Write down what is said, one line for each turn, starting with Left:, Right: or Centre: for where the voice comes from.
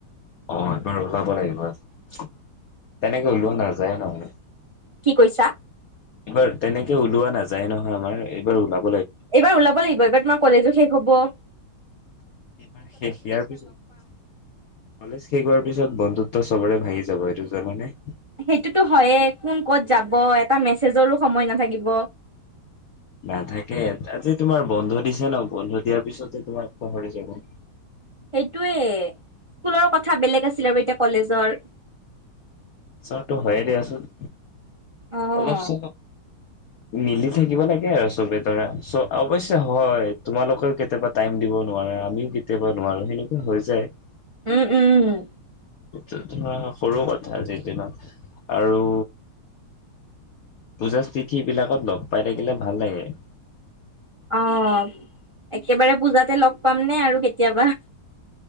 Left: অ' হেইটো ৰ'দাব লাগিব আজি তেনেকে ওলোৱা নাযায় ন।
Right: কি কৈছা?
Left: এইবাৰ তেনেকে ওলোৱা নাযায় নহয় আমাৰ এইবাৰ ওলাম।
Right: এইবাৰ ওলাব লাগিব। এইবাৰৰ তোমাৰ কলেজো শেষ হ'বৰ
Left: এইবাৰ শেষ ইয়াৰ পিছত কলেজ শেষ হোৱাৰ পিছত বন্ধুত তোৰ চবৰে ভাঙি যাব, এইটো জানানে?
Right: সেইটোতো হয়ে কোন ক'ত যাব, এটা মেছেজৰো সময় নাথাকিব।
Left: নাথাকে, আজি তোমাৰ বন্ধ দিছে ন বন্ধ দিয়াৰ পিছতে তোমাক পাহৰি যাব।
Right: সেইটোৱে স্কুলৰ কথা বেলেগ আছিল আৰু এতিয়া কলেজৰ
Left: চৰ্ট টো হয়য়ে দিয়াচোন।
Right: আহ
Left: অলপ চলপ মিলি থাকিব লাগে আৰু চবে ধৰা চ অৱশ্যে হয় তোমালোকেও কেতিয়াবা টাইম দিব নোৱাৰাঁ। আমিও কেতিয়াবা নোৱাৰোঁ, সেনেকুৱা হৈ যায়।
Right: উম, উম, উম।
Left: টো, ধৰা সৰু কথা আজিৰ দিনত। আৰু পূজা <unintelligible> বিলাকত লগ পাই থাকিলে ভাল লাগে।
Right: অ', একেবাৰে পূজাতে লগ পামনে আৰু কেতিয়াবা?